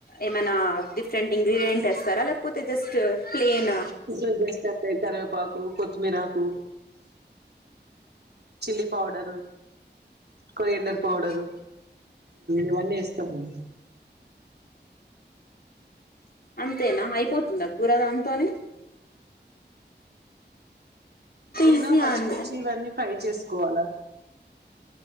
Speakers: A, on the left; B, on the right.
A: ఏమైనా డిఫరెంట్ ఇంగ్రీడియంట్ వేస్తారా లేకపోతే జస్ట్ ప్లేన్
B: ఇలా చేస్తా అంటే కరేపాకు కొత్తిమీర ఆకు chilli powder coriander
A: um,
B: powder ఇవన్నీ ఏస్తామండి
A: అంతేనా అయిపోతుందా కూర దాంతోని
B: మీనా
A: ఈజీయా
B: పచ్చిమిర్చి
A: అండి అంటే
B: ఇవన్నీ ఫ్రై చేస్ పోవాల